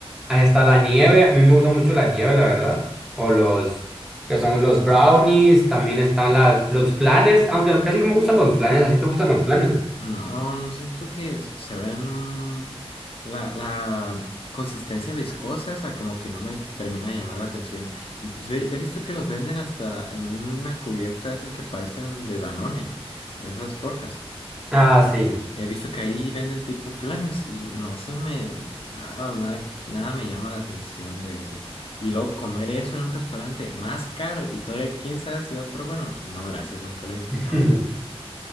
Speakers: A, in the centre; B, on the left.
A: hasta la nieve, a mí me gusta mucho la nieve, la verdad. O los, que son los brownies, también están las, los flanes, aunque casi no me gustan los flanes, ¿así te gustan los flanes?
B: No, siento que s- se ven la, la consistencia viscosa, esa como que no me termina de llamar la atención. Ve- He visto que los venden hasta en una cubierta, esas que parecen de Danone, esas rojas.
A: Ah, sí.
B: He visto que ahí venden tipo flanes y no se me, nada, nada, nada me llama la atención de eso. Y luego comer eso en un restaurante más caro y todavía quién sabe si va a estar bueno. No, gracias, nunca lo he intentado.
A: <laughs>